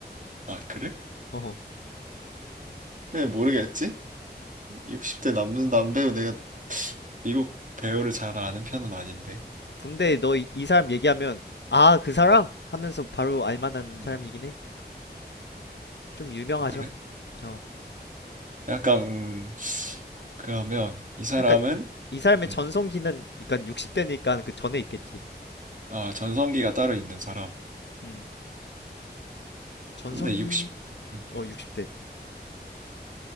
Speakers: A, on the right (about 45°); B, on the left (about 80°).
A: 아, 그래?
B: 어 어.
A: 왜 모르겠지? 60대 남는 남배우 내가 미국 배우를 잘 아는 편은 아닌데.
B: 근데 너 이 사람 얘기하면 아 그 사람 하면서 바로 알 만한
A: 음,
B: 사람이긴 해. 좀 유명하죠.
A: 그래?
B: 어
A: 약간 그러면 이 사람은
B: 그러니까 이 사람의
A: 음,
B: 전성기는 그러니까 60대니까 그 전에 있겠지.
A: 아, 전성기가 따로 있는 사람.
B: 음. 전성기
A: 근데 60 음,
B: 어 60대.